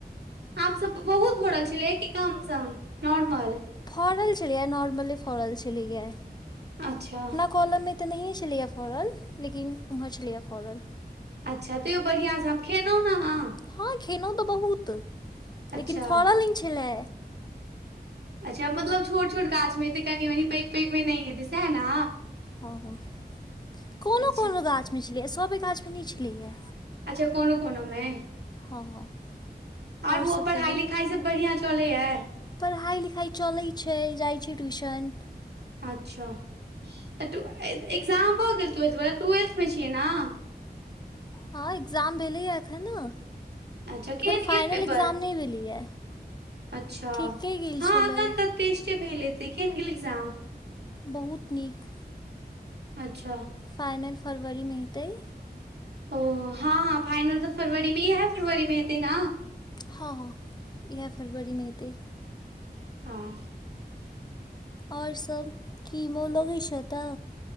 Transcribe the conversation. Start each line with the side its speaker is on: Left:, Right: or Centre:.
Right: आब सब बहुत भरल छलय कि कम सम नॉर्मल
Left: फरल चलिए नॉारमली फरल चइल जाए
Right: अच्छा
Left: कोलममे तऽ नहियए छलैएा फड़ल लेकिन ओम्हर छलैए फड़ल
Right: अच्छा ते ओ बढियासँ खेलउ ना हा
Left: हँ खेलहुँ तऽ बहुत
Right: अच्छा
Left: लेकिन फड़ल नय छलए
Right: अच्छा मतलब छोट छोट गाछ में हेतै कनि मनी पैघ पैघमे नहि हेतै सएह ने
Left: हँ कोनो
Right: अच्छा
Left: कोनो गाछमे छलैए सभ गाछमे नहि छलैए
Right: अच्छा कोनो कोनो में
Left: हँ हँ आओर
Right: आर
Left: सभ
Right: बौआ पढ़ाई
Left: कहू
Right: लिखाई सब बढ़ियां चलै है
Left: पढ़ाइ लिखाइ चलै छै जाइत छै ट्यूशन
Right: अच्छा तऽ ए एक्जाम भऽ गेल ट्वेल्थ वला ट्वेल्थ में छियै ने
Left: हँ एग्जाम भेलैया एखन ने
Right: अच्छा
Left: अकर
Right: केहन
Left: फाइनल
Right: गेल पेपर
Left: एग्जाम नहि भेलैया
Right: अच्छा
Left: ठीके गेल
Right: हँ
Left: छलय
Right: एखन तऽ टेस्टे भेल हेतय केहन‌ गेल इग्जाम
Left: बहुत नीक
Right: अच्छा
Left: फाइनल फरवरी में हेतइ
Right: ओ हँ हँ फाइनल तऽ फरवरीमे ही इहै फरवरी में हेतै ने
Left: हँ हँ इहै फरवरी मे हेतै
Right: हँ
Left: आओर सभ की मोन लगैत छै एतऽ